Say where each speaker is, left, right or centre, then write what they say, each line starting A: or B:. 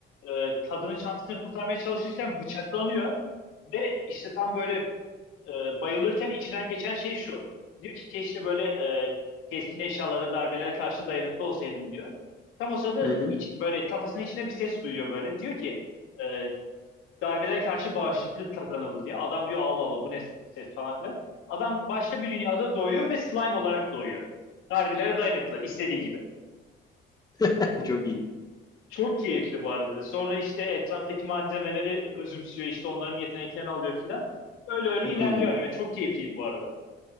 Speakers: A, on the left (about 85°); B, on the left (about 20°).
A: Ee, kadının çantasını kurtarmaya çalışırken bıçaklanıyor. Ve işte tam böyle e, bayılırken içinden geçen şey şu. Diyor ki keşke böyle e, keskin eşyalara, darbelere karşı dayanıklı olsaydım diyor. Tam o sırada
B: Hı hı.
A: iç, böyle kafasının içinde bir ses duyuyor böyle. Diyor ki e, darbelere karşı bağışıklık kazanıldı diye. Adam diyor Allah Allah bu ne ses falan filan. Adam başka bir dünyada doğuyor ve slime olarak doğuyor. Darbelere dayanıklı istediği gibi.
B: <laughs> Çok iyi.
A: Çok keyifli bu arada. Sonra işte etraftaki malzemeleri özümsüyor işte onların yeteneklerini alıyor filan. Öyle öyle
B: Hmm.
A: ilerliyor anime. Çok keyifliydi bu arada.